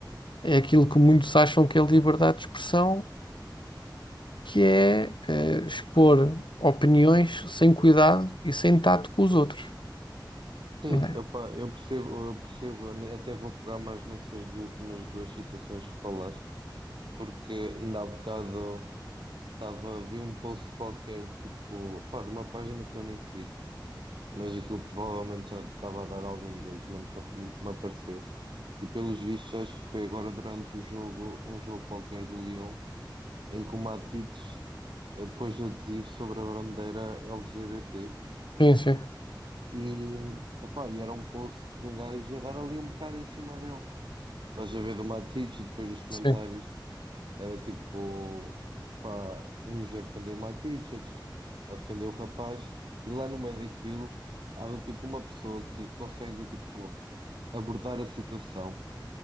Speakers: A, on the left (about 80°); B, on the right (about 80°).
A: é aquilo que muitos acham que é liberdade de expressão, que é, eh, expor opiniões sem cuidado e sem tato com os outros,
B: sim,
A: não é?
B: opá, eu percebo, eu percebo, né, até vou pegar mais nessas últimas duas situações que falaste, porque ainda há bocado estava, vi um post qualquer, tipo, pá, de uma página que eu nem sigo mas aquilo provavelmente já estava a dar algum engagement para me aparecer. E pelos vistos, acho que foi agora durante o jogo, um jogo qualquer do Lyon, em que o Matites eh, pôs adesivo sobre a bandeira LGBT.
A: Sim, sim,
B: E, epá, e era um post de um gajo a dar ali um bocado em cima dele. Estás a ver do Matites e depois os comentários.
A: sim.
B: Era tipo, pá, uns a ofender o Matites, outros a ofender o rapaz, e lá no meio daquilo há do tipo uma pessoa que consegue do tipo abordar a situação,